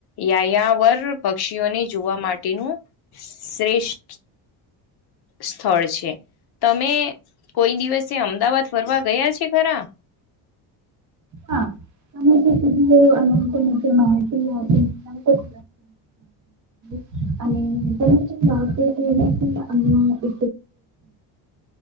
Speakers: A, on the left (about 55°); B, on the right (about 40°).
A: યાયાવર પક્ષીઓને જોવા માટેનું શ્રેષ્ઠ સ્થળ છે. તમે કોઈ દિવસે અમદાવાદ ફરવા ગયા છે ખરા
B: હા. ત જે સુધી અનંત મચ માતીતી ખ <unintelligible> અને તને જેમ બાપ હતી એને અમ્મા એ